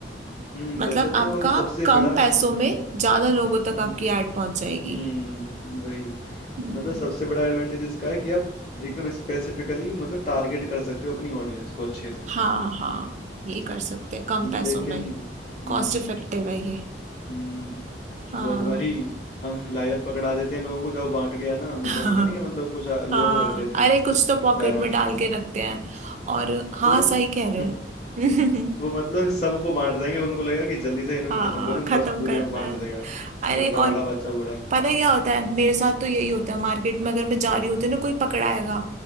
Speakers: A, on the left (about 35°); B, on the right (about 40°).
A: हम्म
B: मतलब
A: बचत
B: आपका
A: है और सबसे
B: कम
A: बड़ा हम्म
B: पैसों में ज्यादा लोगों तक
A: हम्म
B: आपकी एड पहुंच जाएगी
A: हम्म वही
B: हम्म,
A: मतलब सबसे बड़ा एडवांटेज इसका है कि आप एकदम स्पेसिफिकली मतलब टारगेट कर सकते हो अपनी ऑडियंस को अच्छे से
B: हाँ हाँ ये कर सकते हैं कम पैसों
A: लेकिन
B: में
A: हम्म
B: कॉस्ट इफेक्टिव है ये
A: हम्म
B: हाँ
A: बहुत बारी हम फ्लायर पकड़ा देते हैं लोगों को जब बांट गया ना मतलब
B: <laughs>
A: होते नहीं है मतलब कुछ आ- लोगों
B: हाँ
A: को रख लेते
B: अरे
A: हैं
B: कुछ तो पॉकेट
A: फ्लायर बांटने
B: में डाल
A: में।
B: के रखते हैं और हाँ
A: तो
B: सही कह रहे
A: <laughs>
B: हो <laughs>
A: वो मतलब सबको बांट देंगे उनको लगेगा कि जल्दी से इनको
B: हाँ
A: खत्म
B: हाँ
A: करूं
B: खत्म
A: बस पूरे
B: करना
A: में बांट
B: है
A: देगा
B: अरे
A: छोटा
B: और
A: बड़ा बच्चा बूढ़ा
B: पता है क्या होता है मेरे साथ तो यही होता है मार्केट में अगर मैं जा रही होती हूँ ना कोई पकड़ाएगा